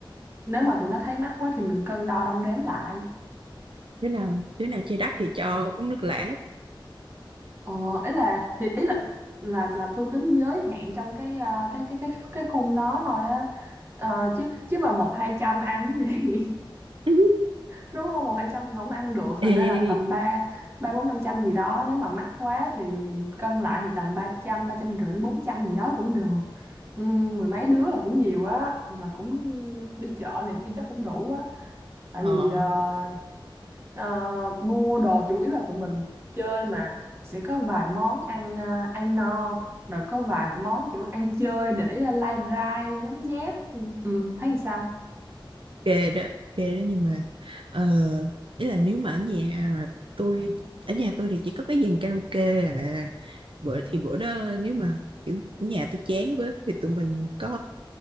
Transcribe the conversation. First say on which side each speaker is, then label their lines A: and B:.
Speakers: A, on the right (about 30°); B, on the right (about 75°).
A: nếu mà tụi nó thấy mắc quá thì mình cân đo đong đếm lại
B: Đứa nào đứa nào chơi đắt thì cho uống nước lã.
A: Ờ, ý là thì ý là là là tôi tính giới hạn trong cái ờ, cái cái cái cái khung đó thôi á Ờ, chứ chứ mà một hai trăm ăn cái gì
B: <laughs>
A: <laughs> đúng không một hai trăm thì không ăn được
B: Ê,
A: thành ra là tầm ba ba bốn năm trăm gì đó nếu mà mắc quá thì cân lại thì tầm ba trăm ba trăm rưỡi bốn trăm gì đó cũng được ừ, mười mấy đứa là cũng nhiều á là cũng đi chợ này kia chắc cũng đủ á tại
B: ờ
A: vì ờ, Ờ, mua đồ chủ yếu là tụi mình chơi mà sẽ có vài món ăn ờ, ăn no rồi có vài món kiểu ăn chơi để ờ, lai rai nhấm nháp ừ, ừ, thấy sao
B: ok đó ok đó nhưng mà ờ, ý là nếu mà ở nhà tôi ở nhà tôi thì chỉ có cái dàn karaoke à bữa thì bữa đó nếu mà kiểu nhà tôi chán với thì tụi mình có